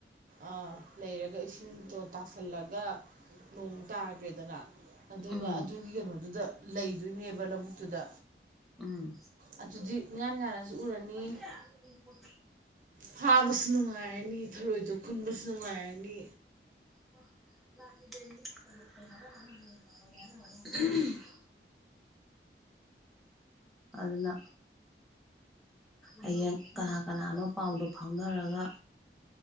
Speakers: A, on the right (about 50°); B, in the centre.
A: ꯑꯥ ꯂꯩꯔꯒ ꯏꯁꯤꯡ ꯆꯣ ꯇꯥꯁꯜꯂꯒ ꯅꯣꯡ ꯇꯥꯈ꯭ꯔꯦꯗꯅ ꯑꯗꯨꯒ
B: ꯎꯝ
A: ꯑꯗꯨꯒꯤ ꯀꯩꯅꯣꯗꯨꯗ ꯂꯩꯗꯣꯏꯅꯦꯕ ꯂꯧꯕꯨꯛꯇꯨꯗ
B: ꯎꯝ
A: ꯑꯗꯨꯗꯤ ꯏꯉꯥꯟ ꯉꯥꯟꯅꯁꯨ ꯎꯔꯅꯤ
B: <unintelligible>
A: ꯐꯥꯕꯁꯨ ꯅꯨꯡꯉꯥꯏꯔꯅꯤ ꯊꯔꯣꯏꯗꯣ ꯈꯨꯟꯕꯁꯨ ꯅꯨꯡꯉꯥꯏꯔꯅꯤ
B: <unintelligible> ꯑꯗꯨꯅ ꯍꯌꯦꯡ ꯀꯅꯥ ꯀꯅꯥꯅꯣ ꯄꯥꯎꯗꯣ ꯐꯥꯎꯅꯔꯒ